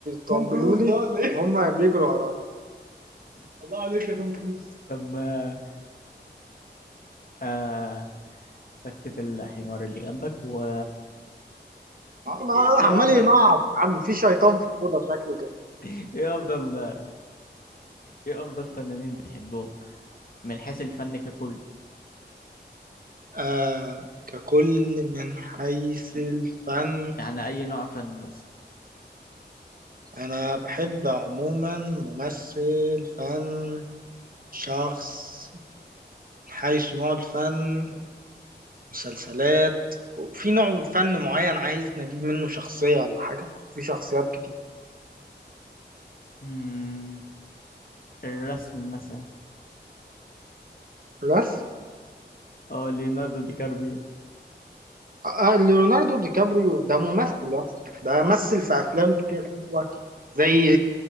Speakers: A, on the right; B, on the left.
A: توم يطبلوا كروز ده لي ولا ايه؟ وهم بيجروا ورايا
B: <laughs>
A: الله عليك يا توم كروز
B: طب آه آه، سكت الحمار اللي جنبك و ايه
A: مع-
B: إيه
A: عمال
B: افضل
A: ينعط يا عم في شيطان في الأوضة شكله كده
B: <laughs> ايه افضل ايه افضل فنانين بتحبهم من حيث الفن ككل
A: آه ككل من حيث الفن
B: يعني اي نوع فن بس
A: أنا بحب عموما ممثل فن شخص حيث نوع الفن مسلسلات وفي نوع فن معين عايز نجيب منه شخصية ولا حاجة في شخصيات كتير
B: مم. الرسم مثلا
A: بس
B: اه ليوناردو دي كاربيو
A: آه، آه، ليوناردو دي كابريو ده ممثل يا اسطى. ده مثل في أفلام كتير حلوة زي